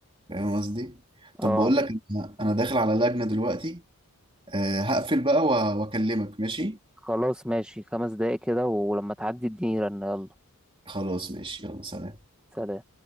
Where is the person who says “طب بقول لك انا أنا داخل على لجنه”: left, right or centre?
Right